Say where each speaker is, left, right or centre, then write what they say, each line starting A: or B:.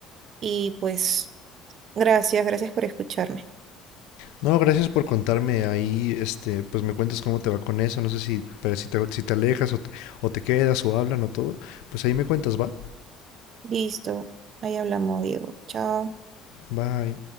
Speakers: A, on the right; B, on the left.
A: y pues gracias, gracias por escucharme.
B: No, gracias por contarme ahí, este, pues me cuentas cómo te va con eso, no sé si, pero si, te, si te alejas o te, o te quedas o hablan o todo, pues ahí me cuentas, ¿va?
A: Listo, ahí hablamos, Diego. Chao.
B: Bye.